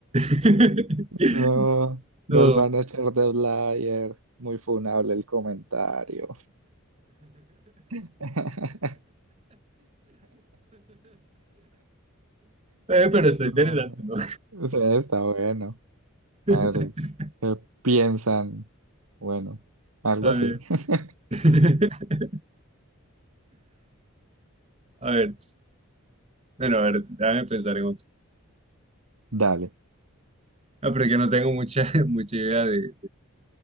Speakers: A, on the right; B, on the right.
A: <laughs>
B: no, nos
A: No.
B: van a echar de Blair. Muy funable el comentario. <laughs>
A: Eh, pero está
B: No,
A: interesante, ¿no?
B: o sea, está bueno.
A: <laughs>
B: A ver, ¿qué piensan? Bueno, algo
A: A
B: así.
A: ver.
B: <laughs>
A: <laughs> A ver. Bueno, a ver, déjame pensar en otro.
B: Dale.
A: Ah, pero es que no tengo mucha, <laughs> mucha idea de,